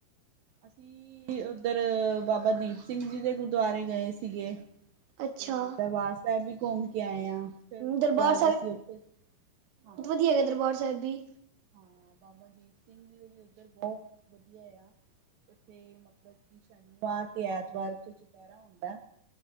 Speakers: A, on the right; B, on the right.
A: ਅਸੀਂ ਉੱਧਰ ਬਾਬਾ ਦੀਪ ਸਿੰਘ ਜੀ ਦੇ ਗੁਰਦੁਆਰੇ ਗਏ ਸੀਗੇ।
B: ਅੱਛਾ
A: ਤੇ ਦਰਬਾਰ ਸਾਹਿਬ ਵੀ ਘੁੰਮ ਕੇ ਆਏ ਆ। ਫਿਰ ਉਸ
B: ਦਰਬਾਰ
A: ਤੋਂ ਬਾਅਦ ਅਸੀਂ ਉੱਥੇ ਹਾਂ
B: ਕੀ ਹੈਗਾ ਦਰਬਾਰ ਸਾਹਿਬ ਵੀ
A: ਹਾਂ ਬਾਬਾ ਦੀਪ ਸਿੰਘ ਜੀ ਦੇ ਵੀ ਉੱਧਰ ਬਹੁਤ ਵਧੀਆ ਆ। ਉੱਥੇ ਮਤਲਬ ਕਿ ਸ਼ਨੀਵਾਰ ਤੇ ਐਤਵਾਰ ਵਿੱਚ ਚੁਪਹਿਰਾ ਹੁੰਦਾ।